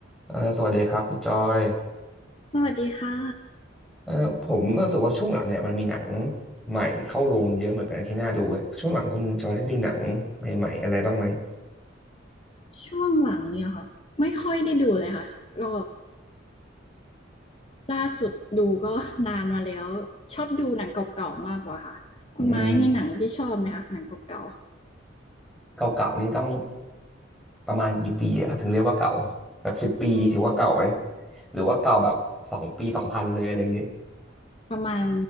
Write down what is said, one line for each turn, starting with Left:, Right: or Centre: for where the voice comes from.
Centre: เอ่อสวัสดีครับคุณจอย
Left: สวัสดีค่ะ
Centre: เอ่อผมรู้สึกว่าช่วงหลังเนี่ยมันมีหนังใหม่เข้าโรงเยอะเหมือนกันที่น่าดูเช่วงหลังคุณจอยได้ดูหนังใหม่ๆอะไรบ้างไหม
Left: ช่วงหลังเนี่ยค่ะไม่ค่อยได้ดูเลยค่ะก็ล่าสุดดูก็นานมาแล้วชอบดูหนังเก่าๆมากกว่าค่ะคุณไม้มีหนังที่ชอบไหมคะหนังเก่า
Centre: อืมเก่าๆนี่ต้องประมาณกี่ปีอะครับถึงเรียกว่าเก่าแบบสิบปีถือว่าเก่าไหม
Left: ๆอืม
Centre: หรือว่าเก่าแบบสองปีสองพันเลยอะไรอย่างงี้
Left: ประมาณ